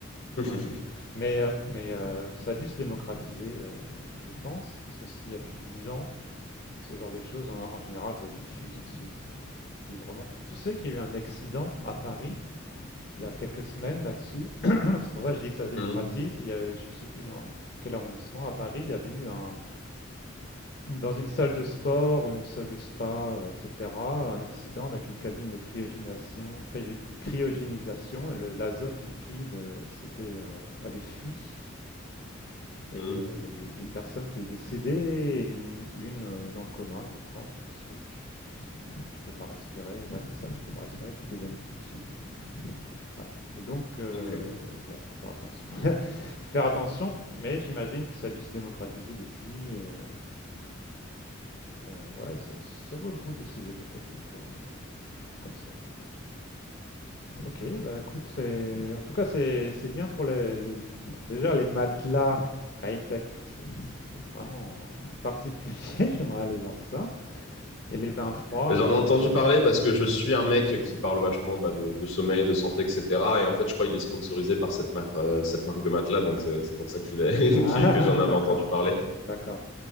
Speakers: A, on the left; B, on the left.
A: <laughs>
B: Ouais. Mais, euh, mais euh, ça a dû se démocratiser, euh, je pense, parce que c'était il y a plus de 10 ans. Ce genre de choses, en, en général, ça se diffuse ensuite euh, librement. Tu sais qu'il y a eu un accident à Paris il y a quelques semaines là-dessus. <clears throat> <coughs> C'est pour ça que je dis que ça se démocratise.
A: Mhm.
B: Il y a, je ne sais plus dans quel arrondissement à Paris, il y avait eu un, dans une salle de sport ou une salle de spa, etc., un accident avec une cabine de cryogénisation. cryogénisation et le- l'azote liquide euh, s'était, euh, avait fui et
A: Mhm.
B: euh, une personne qui est décédée et une, une, euh, dans le coma, je crois, parce que tu, je sais plus, tu peux pas respirer. Ouais, c'est ça, tu peux pas respirer, tu t'évanouis tout de suite. Et puis, ouais. Et donc, euh,
A: Ok.
B: bon, faut faire attention. <laughs> Faut faire attention, mais j'imagine que ça a dû se démocratiser depuis. euh, euh, ouais, ça, ça vaut le coup d'essayer peut-être une fois euh, comme ça. quoi. Ok, bah écoute, c'est en tout cas c'est c'est bien pour les les- bon, déjà les matelas high-tech, c'est c'est vraiment particulier, <laughs> j'aimerais aller voir ça. Et les bains froids,
A: Mais J'en
B: ma
A: ai
B: foi,
A: entendu
B: euh,
A: parler parce que je suis un
B: je
A: mec
B: me mouillerai.
A: qui parle vachement bah, de, de sommeil, de santé, etc. Et en fait, je crois qu'il est sponsorisé par cette, mar- euh, cette marque de matelas, donc euh, c'est pour ça qu'il est,
B: Ah,
A: <laughs> qui-
B: <laughs>
A: que j'en avais
B: d'accord,
A: entendu parler.
B: d'accord.